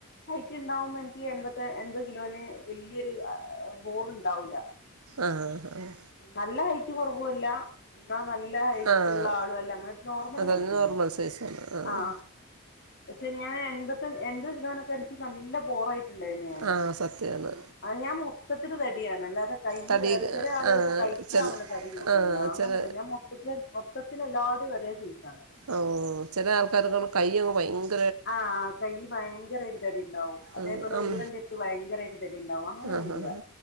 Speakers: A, on the left; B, on the right.
A: ഹൈറ്റ് ഉണ്ടാവുമ്പോ എനിക്ക് എൺപ എൺപത് കിലോന് വല്ിയരു ബോർ ഉണ്ടാവൂില്ല
B: ആഹ് ആഹ്
A: നല്ല കഴ റല്ല എന്ന നല്ല ഹൈറ്റള്ള
B: ആഹ്
A: ആളും അല്ല അങ്ങനെ നോർമൽ
B: അതാ
A: ഹൈറ്റ്
B: നോർമൽ
A: ഞാന്
B: സൈസാണ് ആഹ്
A: ആഹ പക്ഷെ ഞാൻ എൺപത് എൺപത് കിലോനൊക്കെ എനിക്ക് നല്ല പോറായിട്ട് ഉണ്ടായി
B: ആഹ് സത്യമാണ്
A: ഞാൻ മൊത്തത്തിൽ തടിയാണ് അല്ലാതെ കൈക്കല്ല
B: തടി
A: വേറെ ചില ആളുകൾക്ക്
B: ആഹ്
A: കയ്ക്ക്
B: ചെല
A: മാത്രമല്ലെ തടി കൂടുതലുണ്ടാാവും
B: ആഹ്
A: അങ്ങനെ
B: ചെല
A: അല്ല സച്ചന് എല്ലാർടെും ഒരേ ജ്ച്ചാണ് <inaudible>
B: ഓ ചില ആൾക്കാർക്കു കയ്യ് ഭയങ്കര
A: ആഹ കൈ ഭയങ്കരമായിട്ട് തടി ഉണ്ടാവും അതേപോലെ
B: ആഹ് ആം
A: ഊരന്റെ അടുത്ത് ഭയങ്കരമായിട്ട് തടി ഉണ്ടാവും അങ്ങനെയൊന്നുംല്ല
B: ആഹ് ആഹ്